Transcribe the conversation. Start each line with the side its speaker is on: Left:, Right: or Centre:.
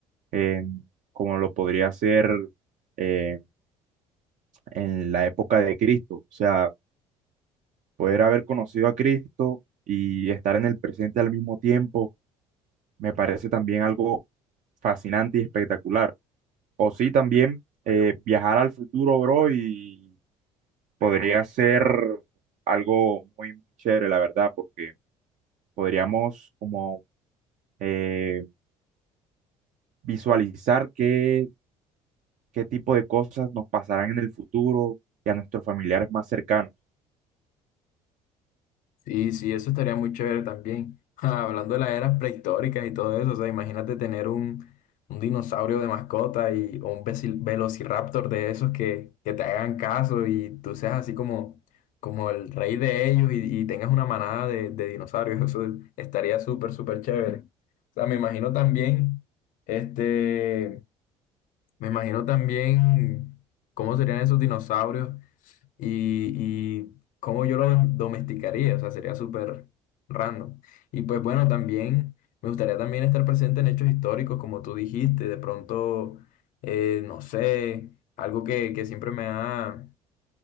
Right: eh, como lo podría ser eh, en la época de Cristo. O sea, poder haber conocido a Cristo y estar en el presente al mismo tiempo me parece también algo fascinante y espectacular. O sí, también eh, viajar al futuro, bro, y podría ser algo muy chévere, la verdad, porque podríamos como eh, visualizar qué, qué tipo de cosas nos pasarán en el futuro y a nuestros familiares más cercanos.
Left: Sí, sí, eso estaría muy chévere también. <laughs> Ja, Hablando de las eras prehistóricas y todo eso, o sea, imagínate tener un, un dinosaurio de mascota y, o un veci- velociraptor de esos que, que te hagan caso y tú seas así como, como el rey de ellos y, y tengas una manada de, de dinosaurios. <laughs> Eso estaría súper, súper chévere. O sea, me imagino también, este, me imagino también cómo serían esos dinosaurios y, y cómo yo lo domesticaría, o sea, sería súper random. Y pues bueno, también me gustaría también estar presente en hechos históricos, como tú dijiste, de pronto, eh, no sé, algo que, que siempre me ha,